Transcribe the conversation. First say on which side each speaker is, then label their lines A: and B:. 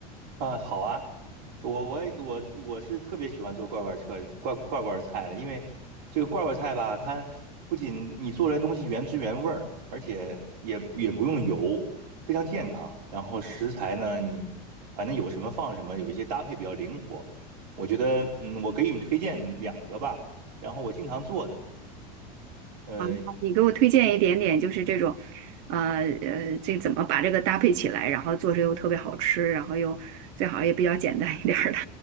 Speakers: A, on the right; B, on the right.
A: 啊好啊，我我也我我是特别喜欢做罐罐车罐罐罐菜的，因为这个罐罐菜吧，它不仅你做出来东西原汁原味儿，而且也也不用油，非常健康。然后食材呢，你反正有什么放什么，有一些搭配比较灵活。我觉得，嗯，我给你推荐两个吧，然后我经常做的，呃，
B: 啊？你好你给我推荐一点点，就是这种，呃呃，这怎么把这个搭配起来，然后做出又特别好吃，然后又最好也比较简单一点儿的。